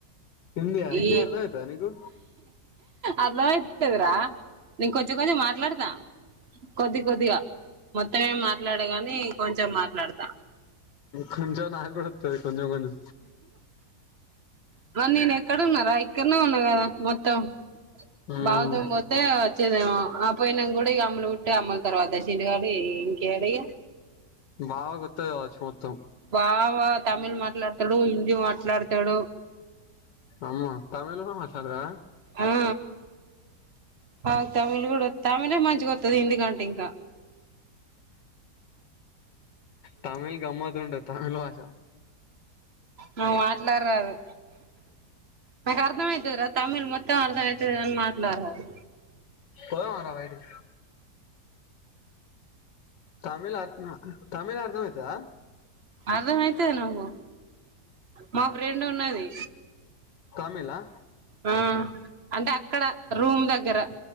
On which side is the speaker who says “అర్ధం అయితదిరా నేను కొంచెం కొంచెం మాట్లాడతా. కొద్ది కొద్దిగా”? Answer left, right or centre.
Right